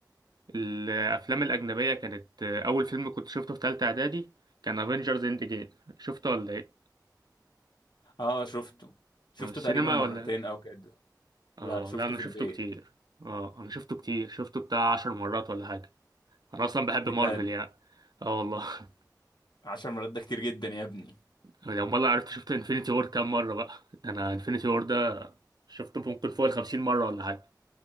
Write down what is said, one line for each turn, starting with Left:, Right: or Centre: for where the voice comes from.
Right: الافلام الاجنبية كانت اول فيلم كنت شفته في تالتة اعدادي كان افنجرز اند جيم شفته ولا ايه
Left: اه شفته شفته
Right: آه، السينما
Left: تقريبا مرتين
Right: ولا
Left: او كده
Right: اه
Left: لا شفته
Right: لا انا
Left: في
Right: شفته
Left: البيت
Right: كتير اه انا شفته كتير شفته بتاع عشر مرات ولا حاجة انا اصلا بحب
Left: بجد
Right: مارفل يعني اه والله <laughs>
Left: عشر مرات ده كتير جدا يا ابني
Right: يعني امال لو عرفت شفت انفينيتي وور كام مرة بقى ده انا انفينيتي وور ده شفته ممكن فوق الخمسين مرة ولا حاجة